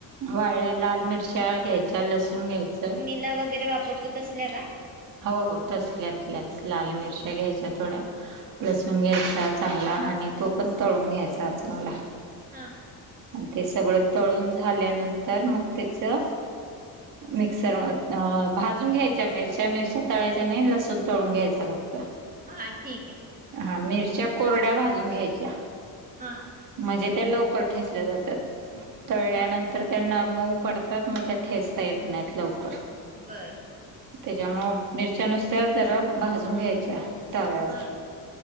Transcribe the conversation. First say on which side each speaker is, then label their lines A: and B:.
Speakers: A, on the right (about 55°); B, on the right (about 20°).
A: वाळल्या लाल मिरच्या घ्यायच्या लसूण घ्यायच.
B: नला वगैरे वापरतो असल्या का.
A: हो हो तसल्याच लच लाल मिरच्या घ्यायच्या थोड्या लसूण घ्यायच्या चांगला आणि. आणि तो पण तळून घ्यायचा चगला.
B: हम.
A: आणि ते सगळं तळून झाल्यानंतर मग त्याचं मिक्सर. अ भाजून घ्यायच्या मिरच्या मिरच्या तळायच्या आणि लसूण तळून घ्यायचा फक्त.
B: हा ठीक आहे
A: हा मिरच्या कोरड्या भाजून घ्यायच्या
B: हा
A: म्हणजे त्या लवकर ठेसल्या जातात तळल्यानंतर
B: हा
A: त्यांना मऊ पडतात मग त्या ठेचता येत नाहीत लवकर
B: बर
A: त्याच्यामु मिरच्या नुसत्या जरा भाजून घ्यायच्या तव्यावर
B: हा